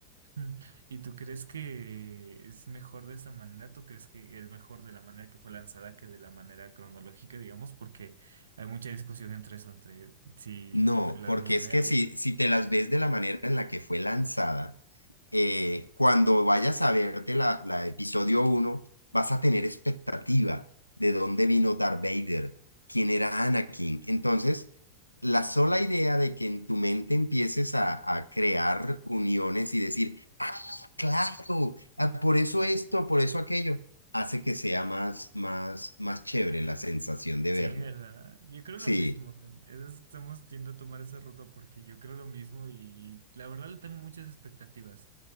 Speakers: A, on the right; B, on the left.
A: Mm. ¿Y tú crees que es mejor de esa manera? ¿Tú crees que es mejor de la manera que fue lanzada que de la manera cronológica, digamos? Porque hay mucha discusión entre eso, entre si
B: No,
A: verla
B: porque
A: de una manera
B: es que si,
A: u otra.
B: si te las ves de la manera en la que fue lanzada, eh, cuando vayas a verte la, la episodio uno vas a tener expectativa de dónde vino Darth Vader, quién era Anakin. Entonces, la sola idea de que en tu mente empieces a, a crear uniones y decir, ah, claro, ah, por eso esto, por eso aquello, hace que sea más, más, más chévere la sensación de
A: Sí,
B: verla.
A: ¿verdad? Yo creo
B: Sí.
A: lo mismo. Eso es- Estamos yendo a tomar esa ruta porque yo creo lo mismo y la verdad le tengo muchas expectativas.